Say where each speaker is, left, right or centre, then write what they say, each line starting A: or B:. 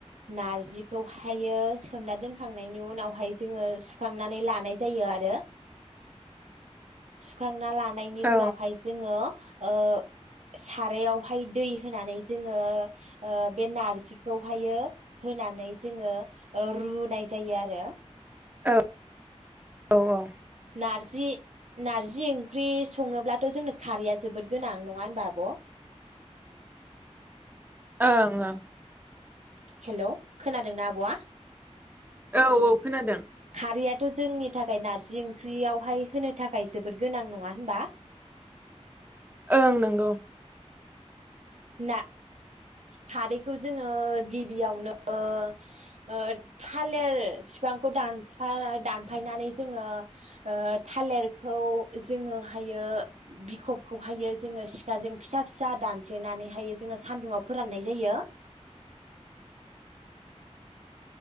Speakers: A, on the right; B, on the right.
A: नारजिखौ हायो सोमना दोनखांनायनि उनावहाय जोङो सुखांनानै लानाय यो आरो सुखां लानायनि
B: ओं औ
A: उनावहाय जोङो ओ सारायावहाय दै होनानै जोङो ओ बे नारजिखौहायो होनानै जोङो ओ रुनाय जायो आरो।
B: औ औ औ
A: नारजि नारजि ओंख्रि सङोब्लाथ' जोंनो खारैया जोबोद गोनां नङा होनबा आब'?
B: ओं‌ ओं
A: हेलौ खोनादोंना आब'आ?
B: औ औ खोनादों।
A: खारैयाथ' जोंनि थाखाय नारजि ओंख्रियावहाय होनो थाखाय जोबोद गोनां नङा होनबा?
B: ओं नंगौ।
A: ना खारैखौ जोङो गिबियावनो ओ थालेर बिफांखौ दान बा दानफायनानै जोङो ओ थालिरखौ जोङोहायो बिखबखौहायो जोङो सिखाजों फिसा फिसा दान फ्लेनानै हायो जोङो सान्दुुंङाव फोराननाय जायो।